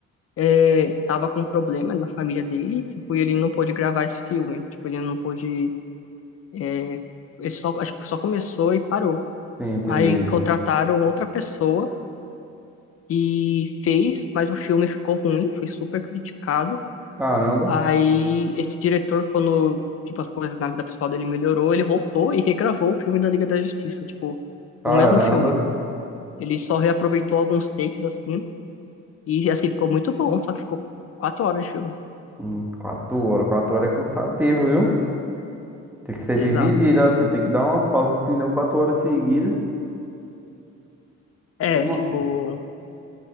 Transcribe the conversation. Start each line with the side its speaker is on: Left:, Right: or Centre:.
Left: é, tava com um problema na família dele, tipo, e ele não pôde gravar esse filme, tipo, ele não pôde, é, ele só, acho que só começou e parou.
Centre: Sim, entendi.
Left: Aí contrataram outra pessoa e fez, mas o filme ficou ruim, foi super criticado.
Centre: Caramba,
Left: Aí esse diretor, quando, tipo, as coisas na vida pessoal dele melhorou, ele voltou e regravou o filme da Liga da Justiça, tipo,
Centre: caramba.
Left: o mesmo filme. Ele só reaproveitou alguns takes, assim, e, assim, ficou muito bom, só que ficou quatro horas de filme.
Centre: Hum, quatro horas, quatro horas é cansativo, viu? Tem que ser
Left: Exato.
Centre: dividido assim, tem que dar uma pausa, senão quatro horas seguidas.
Left: É,
Centre: Mo-
Left: tipo,